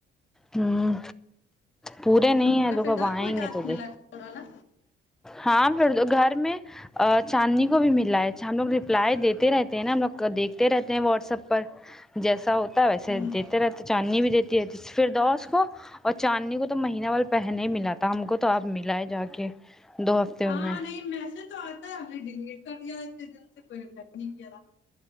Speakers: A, in the centre; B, on the left.
A: ہ پورے نہیں
B: تو
A: ہے د
B: پھر
A: کب
B: دور
A: آئیں
B: کوئی ٹاسک
A: گے تو
B: ملا
A: د
B: کال والا
A: ہاں ہاں پ گھر میں چاندنی کو بھی ملا ہے ہم لوگ رپلائی دیتے رہتے ہیں نا ہم لوگ دیکھتے رہتے ہیں واٹسپ پر جیسا ہو ویسے
B: ہوں
A: دیتے رہتے چاندنی بھی دیتے جی جی <unintelligible> فردوس کو اور چاندنی کو تو مہینہ وال پہنے ہی ملا تھا ہم کو تو آپ ملا ہے جا کے دو ہفتے
B: ہاں
A: میں
B: نہیں میسج تو آتا ہے ہم نے ڈیلیٹ کر دیا دل سے کوئی نہیں کیا رہ تھا